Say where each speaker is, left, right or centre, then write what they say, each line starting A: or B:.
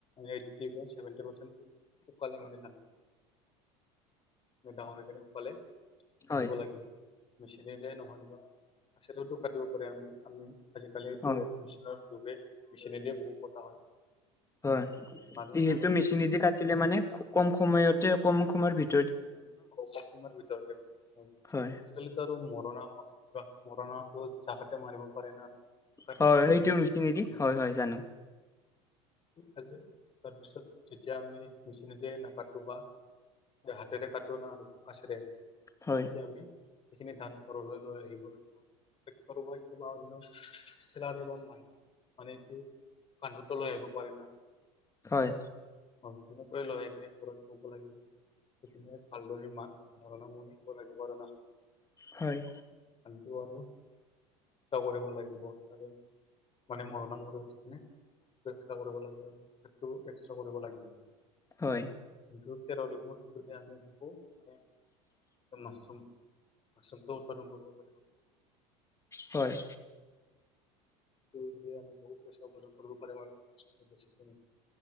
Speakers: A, on the left; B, on the left.
A: এইট্টি বা ছেভেন্টি পাৰ্চেন্ট শুকালে মানে ধানটো। ডাঙৰ হৈকিনে শুকালে কাটিব
B: হয়
A: লাগে মেচিনেৰে নহ'লে বা পাছেটোতো কাটিব পাৰে আমাৰ আমি। আজিকালিটো
B: হয়
A: মেচিনৰ যুগে মেচিনেদিয় বহুত কতা হয়।
B: হয়
A: মানে
B: যিহেতু
A: আৰুতো
B: মেচিনেদি কাটিলে মানে খুব কম সময়তে কম সময়ৰ ভিত
A: কম সময়ৰ ভিতৰতে হয়
B: হয়
A: আজিকালি আৰু মৰণা মৰা মৰণাটো জাগাতে মাৰিব পাৰে ন আৰু। কাটি
B: হয়
A: কিনে
B: সেইটো
A: ডাইৰেক্ট
B: মিচিনেদি হয়, হয় জানো।
A: তাৰপিছত যেতিয়া আমি মেচিনেদি নাকাতো বা হাতেৰে কটো ন আৰু কাচিৰে তেতিয়া
B: হয়
A: আমি সেইখিনি ধান ঘৰলৈ লৈ আহিব লাগিব ট্ৰেক্টৰ বা কিবা অন্য চিলাৰী বা মানুহ মানে এইটো কান্ধতো লৈ আহিব পাৰে না।
B: হয়।
A: অহ, সেনেকৈ লৈ আহিকিনে ঘৰত থব লাগিব সেইখিনিয়ে মা, মৰণা মাৰিব লাগিব আৰু না।
B: হয়।
A: আটো আৰু কৰিব লাগিব তাৰে। মানে মৰি উঠিকিনে এক্সট্ৰা কৰিব লাগে আৰু এক্সট্ৰা কৰিব লাগিব।
B: হয়।
A: যিটো খেৰলিব সেইটোহে আমি বহু মানে মাছৰুম। মচৰুমটো উৎপাদন কৰিব পাৰে।
B: হয়।
A: সেইটো আমি বহুত পইচা উপাৰ্জন কৰিব পাৰিম আৰু মাছৰুমটো বেছিকিনে।